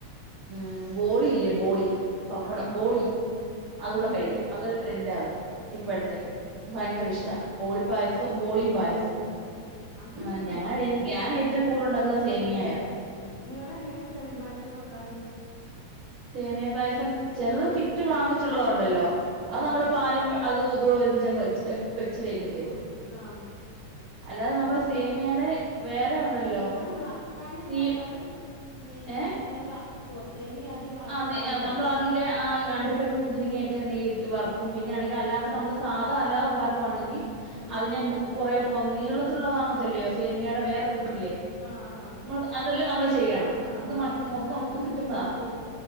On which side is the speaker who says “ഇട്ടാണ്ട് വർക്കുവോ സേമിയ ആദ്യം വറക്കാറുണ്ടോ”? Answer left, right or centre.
Left